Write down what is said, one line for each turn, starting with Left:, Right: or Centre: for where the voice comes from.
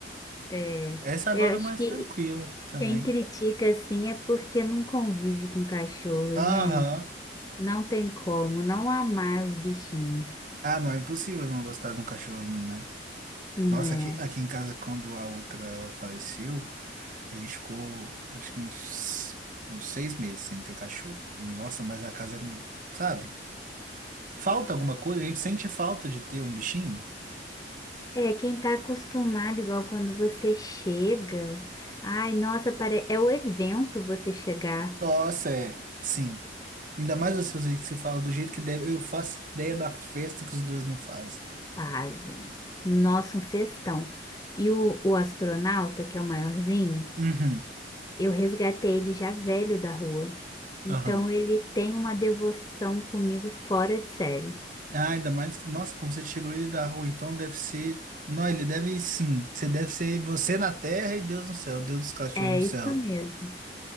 Left: é,
Right: Essa agora
Left: eu acho
Right: é mais
Left: que
Right: tranquila também.
Left: quem critica assim é porque não convive com cachorro,
Right: Aham.
Left: gente. Não tem como não amar os bichinhos.
Right: Ah, não, é impossível não gostar de um cachorrinho, né?
Left: É.
Right: Nossa, aqui, aqui em casa, quando a outra ela faleceu, a gente ficou, acho que uns, uns seis meses sem ter cachorro. Nossa, mas a casa, sabe? Falta alguma coisa, a gente sente falta de ter um bichinho.
Left: É, quem tá acostumado, igual quando você chega. Ai, nossa, pare... é o evento você chegar.
Right: Nossa, é, sim. Ainda mais vocês aí que você fala do jeito que deve, eu faço ideia da festa que os dois não fazem.
Left: Fazem. Nossa, um festão. E o, o astronauta, que é o maiorzinho,
Right: Uhum.
Left: eu resgatei ele já velho da rua. Então
Right: Aham.
Left: ele tem uma devoção comigo fora de sério.
Right: Ah, ainda mais que, nossa, como você tirou ele da rua, então deve ser. Não, ele deve sim. Você deve ser você na terra e Deus no céu, Deus dos cachorros
Left: É
Right: no céu.
Left: isso mesmo.